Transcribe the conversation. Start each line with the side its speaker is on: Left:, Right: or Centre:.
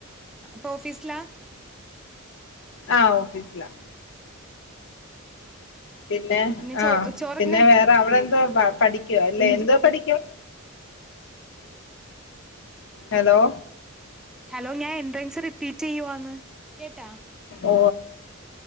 Centre: ഇപ്പൊ ഓഫീസിലാ
Left: ആ ഓഫീസിലാ പിന്നെ ആ
Centre: ചോ ചോറൊക്കെ
Left: പിന്നെ വേറെ അവിടെ പഠിക്കുവ അല്ലെ എന്തോ പഠിക്കു ഹലോ
Centre: ഹലോ ഞാൻ എൻട്രൻസ് റിപ്പീ ചെയ്യുവാന്ന്. കേട്ടാ
Left: ഓ